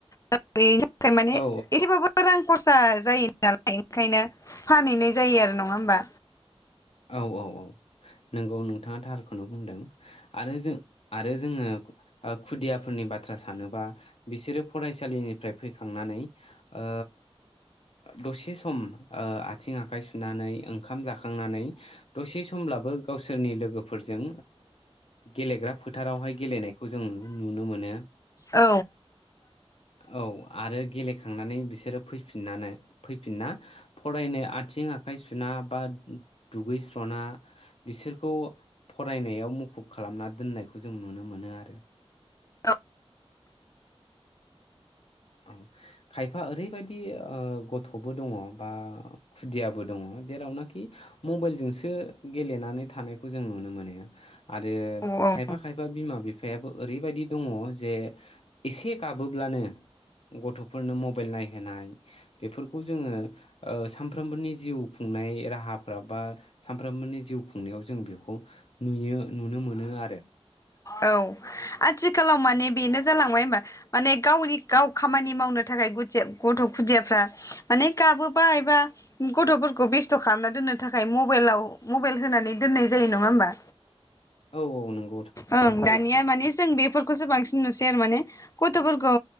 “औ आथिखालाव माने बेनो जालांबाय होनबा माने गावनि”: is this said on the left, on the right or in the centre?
Left